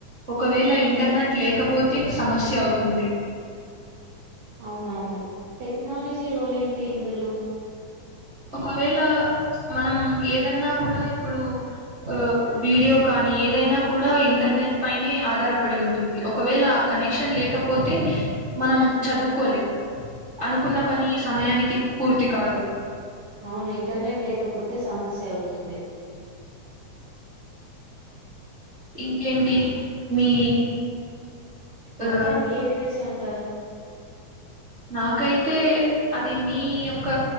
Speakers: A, on the right (about 60°); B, on the right (about 85°).
A: ఒకవేళ ఇంటర్నెట్ లేకపోతే సమస్య అవుతుంది.
B: అవునవును టెక్నాలజీ రోలేంటి ఇందులో.
A: ఒకవేళ మనం ఏదన్నా కూడా ఇప్పుడు. ఆహ్ వీడియో కానీ ఏదైనా కూడా ఇంటర్నెట్ పైనే ఆధారపడి ఉంటుంది ఒకవేళ. కనెక్షన్ లేకపోతే మనం చదువుకోలేం. అనుకున్న పని ఈ సమయానికి పూర్తి కాదు.
B: అవునే ఇంటర్నెట్ లేకపోతే సమస్య అవుతుంది.
A: ఇంకేంటి మీ.
B: మొత్తానికి
A: ఆ
B: ఏది బెస్ట్ అంటారు.
A: నాకైతే అది మీ యొక్క